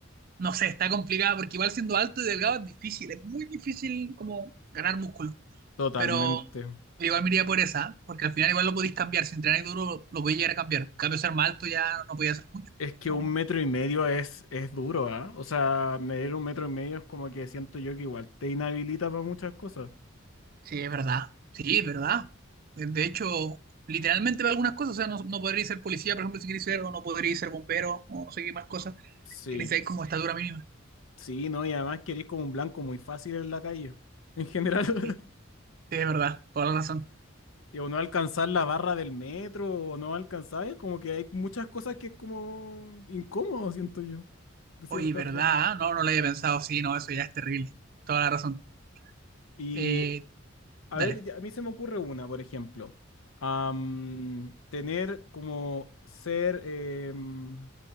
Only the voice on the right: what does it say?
no sé, está complicado, porque igual siendo alto y delgado es difícil, es muy difícil como ganar músculo,
pero igual me iría por esa, porque al final igual lo podéis cambiar, si entrenáis duro lo podéis llegar a cambiar, en cambio ser más alto ya no podía hacer mucho.
No.
Sí, es verdad, sí, es verdad. De de hecho, literalmente para algunas cosas, o sea, no, no podréis ser policía, por ejemplo, si queréis ser, o no podréis ser bombero, o no sé qué más cosas,
que necesitáis como estatura mínima.
Sí, sí,
verdad, toda la razón.
Oye,
¿verdad?
ah? No, no lo había pensado. Sí, no, eso ya es terrible. Toda la razón.
Eh,
dale.